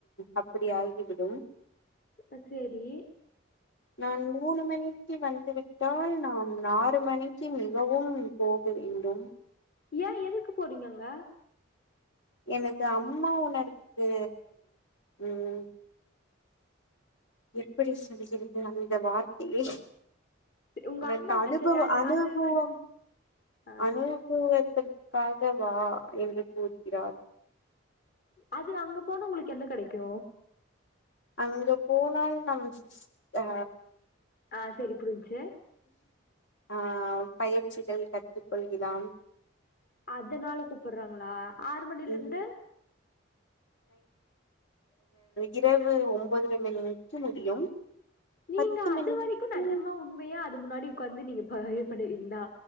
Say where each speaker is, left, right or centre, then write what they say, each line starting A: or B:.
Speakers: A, on the left (about 70°); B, on the left (about 45°).
A: அப்படி ஆகிவிடும்
B: அ செரி
A: நான் மூணு மணிக்கு வந்துவிட்டால் நான் ஆறு மணிக்கு மிகவும் போக வேண்டும்
B: ஏன் எதுக்கு போறீங்கங்க
A: எனது அம்மா உணருக்கு உம் எப்படி சொல்கிறது அந்த வார்த்தையை
B: உங்க
A: உனக்கு
B: அம்மா
A: அனுபவ
B: சரி அது
A: அனுபவம்
B: அது வந் ஆ
A: அனுபவ அதற்காக வா என்று கூறி ரார்
B: அது அங்க போனா உங்களுக்கு என்ன கிடைக்கு
A: அங்க போனால் நம்ம சிஹ் அ
B: ஆ சரி புரிஞ்சுச்சு
A: ஆஹ் பயிற்சிகள் கற்றுக்கொள்ளலாம்
B: அதனால கூப்டுறாங்களா ஆறு மணில
A: ம்
B: இருந்து
A: இரவு ஒன்பதரை மணிக்கு முடியும்
B: நீங்க
A: பத்து
B: அது
A: மணிக்கு
B: வரைக்கு நெஜமா உண்மையா அது முன்னாடி உட்காந்து நீங்க ஏ பண்ணுவீங்களா